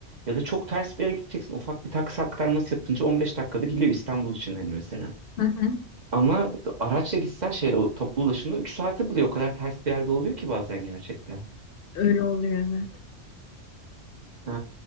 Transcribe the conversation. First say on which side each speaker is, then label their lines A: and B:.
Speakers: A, on the right; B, on the left.
A: Ya da çok ters bir yere gideceksin. Ufak bir taksi aktarması yapınca 15 dakikada geliyor İstanbul için hani mesela.
B: Hı hı.
A: Ama araçla gitsen şeyle o toplu ulaşımla 3 saati buluyor. O kadar ters bir yerde oluyor ki bazen gerçekten.
B: Öyle oluyor evet.
A: Ee,